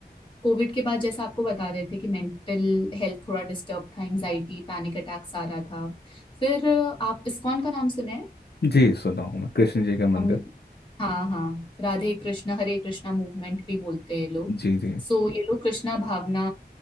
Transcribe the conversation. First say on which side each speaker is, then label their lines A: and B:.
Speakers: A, on the left; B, on the left.
A: कोविड के बाद जैसा आपको बता रहे थे कि मेंटल हेल्थ थोड़ा डिस्टर्ब था एंजाइटी पैनिक अटैक्स आ रहा था फिर अ, आप इस्कॉन का नाम सुने हैं?
B: जी सुना हूँ मैं कृष्ण जी का मंदिर
A: हम लोग, हाँ हाँ राधे कृष्णा हरे कृष्णा मूवमेंट भी बोलते हैं ये लोग
B: जी जी
A: सो ये लोग कृष्णा भावना